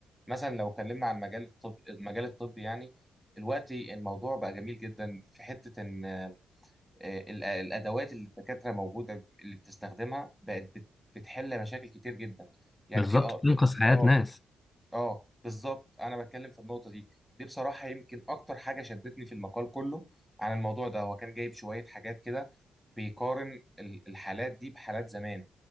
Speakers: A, in the centre; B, on the left (about 20°).
A: مثلا لو اتكلمنا عن مجال الطب المجال الطبي يعني دلوقتي الموضوع بقى جميل جدا في حته ان آه، ال- الادوات اللي الدكاتره موجوده اللي بتستخدمها بقت بت... بتحل مشاكل كتير جدا يعني
B: بالظبط
A: في اه
B: بتنقذ
A: في في-
B: حياة
A: اه
B: ناس
A: اه بالظبط انا بتكلم في النقطه دي دي بصراحه يمكن اكتر حاجه شدتني في المقال كله عن الموضوع ده هو كان جايب شويه حاجات كده بيقارن ال- الحالات دي بحالات زمان